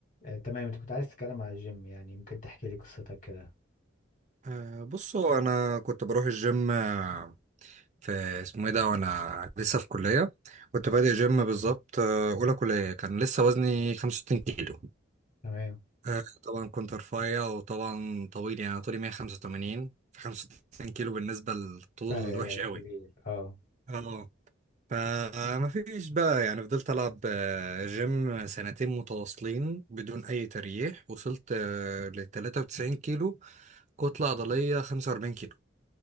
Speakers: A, on the left; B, on the right.
A: آه، تمام انت كنت عايز تتكلم على الجيم يعني ممكن تحكي لي قصتك كده
B: آه، بص هو انا كنت بروح الجيم آه، في اسمه ايه ده وانا لسه في كليه كنت بادئ جيم بالظبط آه، اولى كليه كان لسه وزني 65 كيلو
A: تمام
B: آه، طبعا كنت رفيع وطبعا طويل يعني أنا طولي 185 ف 65 كيلو بالنسبه للطول
A: فرق
B: وحش قوي
A: كبير اه
B: اه فما فيش بقى يعني فضلت العب آه، جيم سنتين متواصلين بدون اي تريح وصلت ل 93 كيلو كتله عضليه 45 كيلو